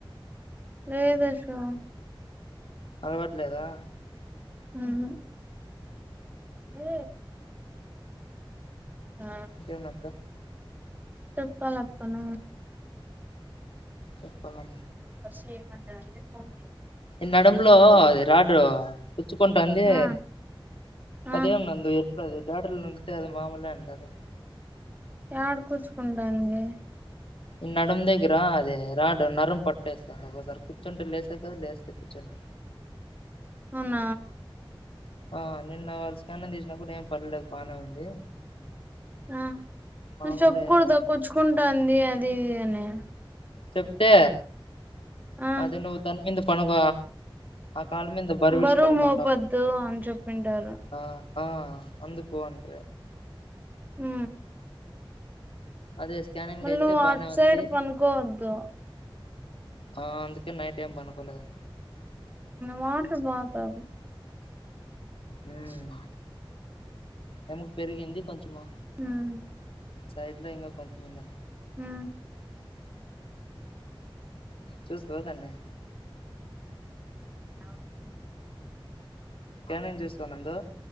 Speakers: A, on the right; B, on the left.
A: లేదషో
B: అలవట్లేదా
A: హ్మ్ హ్మ్ హ ఆ
B: ఇంకేం నచ్చ
A: చెప్పాలప్పన
B: చెప్పాలం
A: షే మధ ఫంది
B: ఎ నడలో అది రాడ్ గుచ్చుకుంటుంది
A: ఆ
B: అదేం
A: ఆ
B: నంది ఎది డలు నితే అది మామలే అంటారు
A: ఏడ గుచ్చుకుంటుంది
B: ఈ నడుము దగ్గర అదే రాడు నరం పట్టేస్తుంది ఒసారి కూర్చుంటే లేసా కదా లేస్తే కూర్చుంట
A: అవునా
B: ఆ నిన్న స్కాన్ తీసినా కూడా ఏం పర్లేదు బాగానే ఉంది
A: ఆ
B: మామూలే
A: చెప్పుకూడదు కొచ్చుకుంటుంది అది అది అని
B: చెప్తే
A: ఆ
B: అదే నువ్వుతాని అ పనుగ కాలమ బర్వడి
A: బరువు
B: పడకు
A: మోపద్దు
B: ఉంటా
A: అని చెప్పింటారు
B: ఆ ఆ అందు పోవండ
A: హు
B: అదే స్కానింగ్
A: మ
B: లో అయితే
A: నువ్వు
B: బానే
A: అవుట్
B: ఉంది
A: సైడ్ పనుకోవద్దు
B: ఆ అందుకే నైట్ ఏం పనుకోలేదు
A: వాటర్ పాతక
B: ఉమ్
A: క్ష
B: ఎముక పెరిగింది కొంచమా
A: ఉమ్
B: సైడ్లో ఇ కొ ఉ <inaudible>
A: ఉ
B: చూసుకోదన్నే
A: అవును
B: యానం చూస్తానుందు